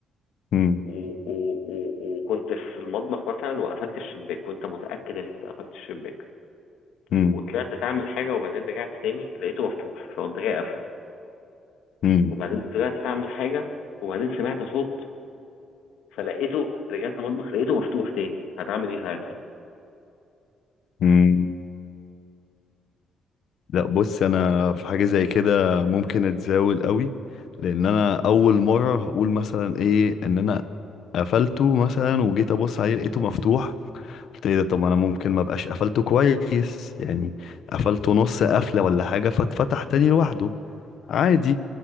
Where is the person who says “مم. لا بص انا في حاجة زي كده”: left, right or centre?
Left